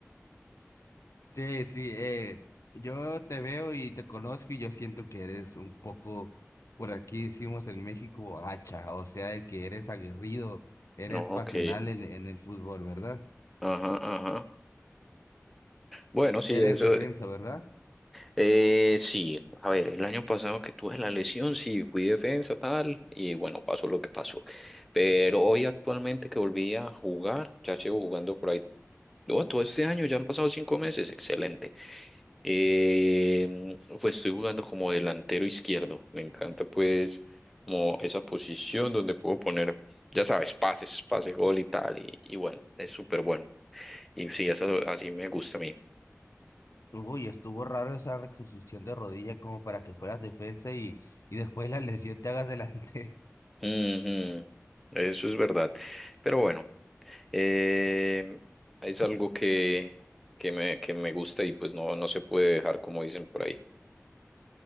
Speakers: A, on the left; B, in the centre.
A: Sí, sí, eh, yo te veo y te conozco y yo siento que eres un poco, por aquí decimos en México, hacha, o sea, de que eres aguerrido, eres
B: No,
A: pasional
B: ok.
A: en, en el fútbol, ¿verdad?
B: Ajá, ajá. Bueno, sí,
A: Eres
B: eso.
A: defensa, ¿verdad?
B: eh, sí, a ver, el año pasado que tuve la lesión, sí, fui defensa, tal, y bueno, pasó lo que pasó. Pero hoy actualmente que volví a jugar, ya llevo jugando por ahí Oh, todo este año, ya han pasado cinco meses, excelente. Eh, pues estoy jugando como delantero izquierdo. Me encanta pues como esa posición donde puedo poner, ya sabes, pases, pase, gol y tal. Y, y bueno, es súper bueno. Y sí, eso así me gusta a mí.
A: Uy, estuvo raro esa reconstrucción de rodilla como para que fueras defensa y, y después la lesión te hagas delantero.
B: Ujú, Eso es verdad. Pero bueno, eh, es algo que, que me, que me gusta y pues no, no se puede dejar como dicen por ahí.